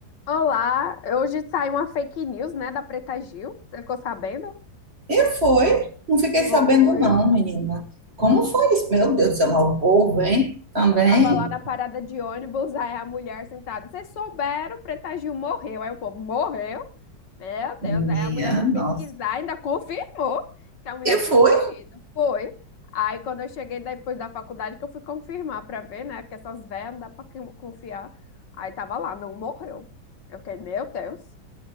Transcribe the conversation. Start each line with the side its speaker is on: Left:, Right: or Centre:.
Left: Olá, hoje saiu uma fake news, né, da Preta Gil. Você ficou sabendo?
Right: E foi, não fiquei
Left: Foi.
Right: sabendo não, menina. Como foi isso? Meu Deus do céu, mas o povo, hein? Também,
Left: Eu tava lá na parada de ônibus, aí a mulher sentada. Vocês souberam, Preta Gil morreu. Aí o povo morreu. Meu Deus,
Right: minha
Left: aí a mulher foi pesquisar,
Right: nossa.
Left: ainda confirmou que a mulher
Right: E foi,
Left: tinha morrido. Foi. Aí quando eu cheguei depois da faculdade, que eu fui confirmar pra ver, né, que essas velhas não dá pra quem- confiar. Aí tava lá, não morreu. Eu fiquei, meu Deus.